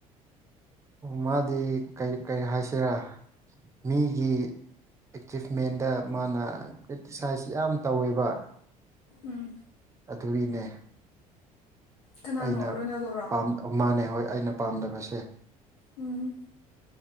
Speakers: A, on the right; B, on the left.
A: ꯃꯥꯗꯤ ꯀꯩ ꯀꯩ ꯍꯥꯏꯁꯤꯔꯥ ꯃꯤꯒꯤ ꯑꯦꯆꯤꯞꯃꯦꯟꯗ ꯃꯥꯅ ꯀ꯭ꯔꯤꯇꯤꯁꯥꯏꯁ ꯌꯥꯝ ꯇꯧꯋꯦꯕ
B: ꯎꯝ
A: ꯑꯗꯨꯒꯤꯅꯦ
B: ꯀꯅꯥꯅꯣ
A: ꯑꯩꯅ
B: ꯔꯣꯅꯥꯜꯗꫭꯔꫭ
A: ꯄꯥꯝ ꯃꯥꯅꯦ ꯍꯣꯏ ꯑꯩꯅ ꯄꯥꯝꯗꯕꯁꯦ
B: ꯎꯝ